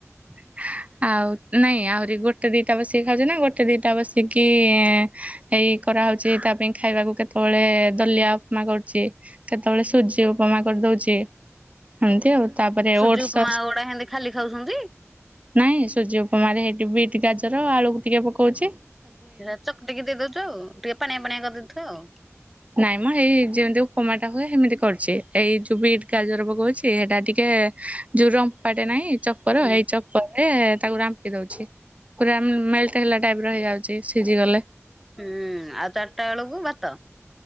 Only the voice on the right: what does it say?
<inaudible> ଆଉ ନାଇଁ ଆହୁରି ଗୋଟେ ଦିଟା ବସିକି ଖାଉଛନା ଗୋଟେ ଦିଟା ବସିକି ଏଇ କରାହଉଛି ତା ପାଇଁ ଖାଇବାକୁ। କେତେବେଳେ ଦଲିଆଉପମା କରୁଛି। କେତେବେଳେ ସୁଜି ଉପମା କରିଦଉଛି। ଏମତି ଆଉ ତାପରେ
ଓଟ୍ସ
ନାଇଁ ସୁଜି ଉପମାରେ ହେଇଠି ବିଟ୍ ଗାଜର ଆଳୁକୁ ଟିକେ ପକଉଛି।
ନାଇଁ ମ ଏଇ ଯେମିତି ଉପମାଟା ହୁଏ ସେମିତି କରୁଛି। ଏଇ ଯୋଉ ବିଟ ଗାଜର ପକଉଛି ସେଇଟା ଟିକେ ଯୋଉ ରମ୍ପାଟେ ନାହିଁ ଚପର
ଚପର ରେ ତାକୁ ରାମ୍ପି ଦଉଛି। ପୁରା ମେଲଟ ହେଲା ଟାଇପ ହେଇଯାଉଛି ସିଝି ଗଲେ।